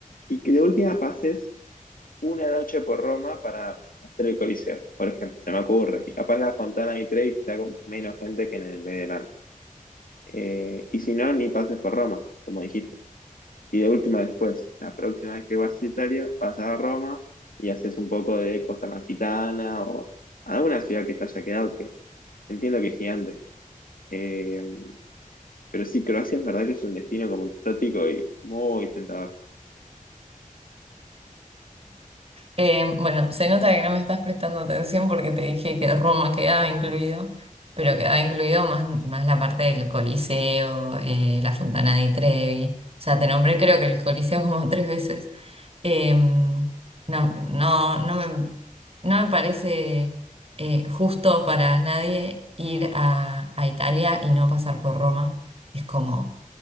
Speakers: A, on the left; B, on the right.
A: y que de última pases una noche por Roma para hacer el Coliseo, por ejemplo, se me ocurre. Y capaz la Fontana di Trevi está con menos gente que en el de verano. Eh, y si no, ni pases por Roma, como dijiste. Y de última, después, la próxima vez que vas a Italia, vas a Roma y haces un poco de Costa Amalfitana o alguna ciudad que te haya quedado, que entiendo que es gigante. Eh, pero sí, Croacia es verdad que es un destino como exótico y muy tentador.
B: Eh, bueno, se nota que no me estás prestando atención porque te dije que Roma quedaba incluido, pero quedaba incluido más, más la parte del Coliseo, eh, la Fontana di Trevi. O sea, te nombré creo que el Coliseo como <laughs> tres veces. Eh, no, no, no me, no me parece eh, justo para nadie ir a, a Italia y no pasar por Roma. Es como